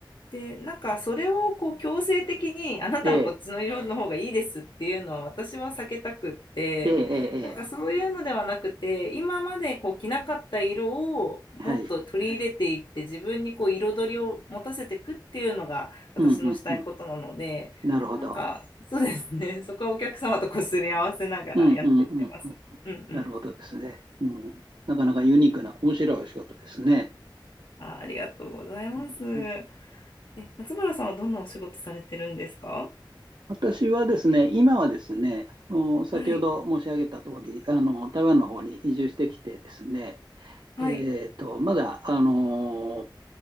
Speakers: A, on the left (about 70°); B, on the right (about 65°).
A: で、なんかそれをこう強制的にあなたはこっちの色の方がいいですっていうのは私は避けたくって、
B: ええ、ええ、ええ、ええ
A: なんかそういうのではなくて、今までこう着なかった色をもっと取り入れていって自分にこう彩りを持たせていくっていうのが私のしたいことなので、
B: はい。うん、うん、うん。なるほど。
A: なんかそうですね、<laughs> そこはお客様とこすり合わせながらやっていってます。
B: うん、うん、うん、うん。
A: うんうん。
B: なるほどですね。うん。なかなかユニークな、面白いお仕事ですね。
A: あ、ありがとうございます。
B: うんうん
A: え、松原さんはどんなお仕事されてるんですか
B: 私はですね、今はですね、あの先ほど申し上げた通り、
A: はい。
B: あの台湾の方に移住してきてですね、
A: はい。
B: えーと、まだあの